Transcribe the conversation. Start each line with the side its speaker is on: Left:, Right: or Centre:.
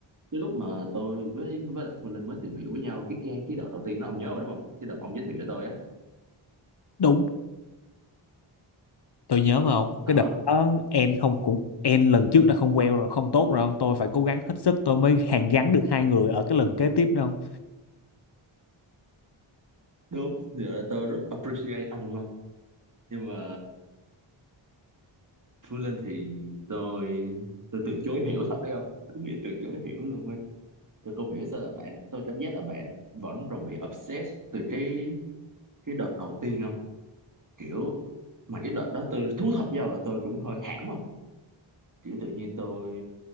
Right: cái lúc mà tôi với với lại Phương Linh mới tìm hiểu với nhau cái cái cái đợt đầu tiên nó ông nhớ rồi đúng không cái đợt ông giới thiệu cho tôi á
Left: không tôi nhớ mà không
Right: đó
Left: cái đợt đó em không cũng em lần trước đã không queo rồi không tốt rồi không tôi phải cố gắng hết sức tôi mới hàn gắn được hai người ở cái lần kế tiếp đâu
Right: đúng giờ tôi rất appreciate ông luôn nhưng mà Phương Linh thì tôi tôi từ chối hiểu thật đấy không đúng nghĩa từ chối hiểu luôn ấy tôi không hiểu sao là bạn tôi cảm giác là bạn vẫn còn bị obsessed từ cái cái đợt đầu tiên không? kiểu mà cái đợt đó tôi thú thật với nhau là tôi cũng hơi hãm không kiểu tự nhiên tôi